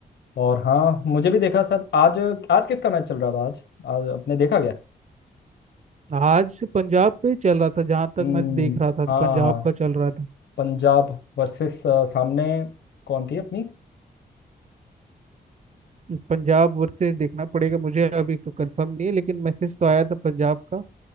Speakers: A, on the left; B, on the right.
A: और हाँ मुझे भी देखा सर आज आज किसका मैच चल रहा था आज आज आपने देखा क्या
B: आज पंजाब पे ही चल रहा था जहां तक
A: हम्म
B: मैं देख रहा था
A: हाँ
B: पंजाब
A: हाँ
B: का चल रहा था
A: पंजाब वर्सेस सामने कौन थी अपनी
B: पंजाब वर्सेस देखना पड़ेगा मुझे अभी तो कंफर्म नहीं है लेकिन मैसेज तो आया था पंजाब का